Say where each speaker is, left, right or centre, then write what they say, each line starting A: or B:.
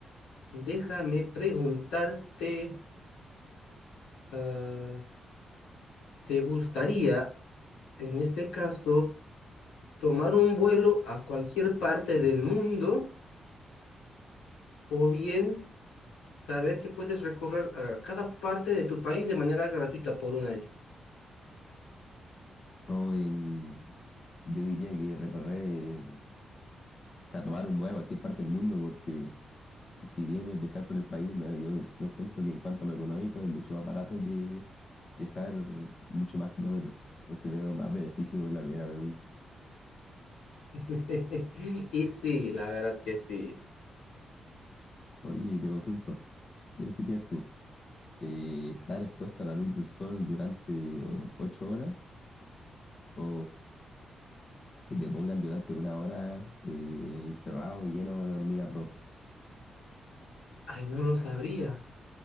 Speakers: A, on the left; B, on the left.
A: déjame preguntarte, ah, ¿te gustaría, en este caso, tomar un vuelo a cualquier parte del mundo o bien saber que puedes recorrer a cada parte de tu país de manera gratuita por un año?
B: O en, yo diría que recorrer, o sea, tomar un vuelo a cualquier parte del mundo porque si bien es viajar por el país, no, yo no encuentro que en cuanto a lo económico es mucho más barato que viajar mucho más kilómetros. Entonces veo más beneficio en la primera pregunta.
A: <laughs> Y sí, la verdad que sí.
B: Oye, te consulto, ¿qué preferirías tú? Eh, ¿estar expuesto a la luz del sol durante o- ocho horas o que te pongan durante una hora eh, encerrado lleno de hormigas rojas?
A: Ay, no lo sabría.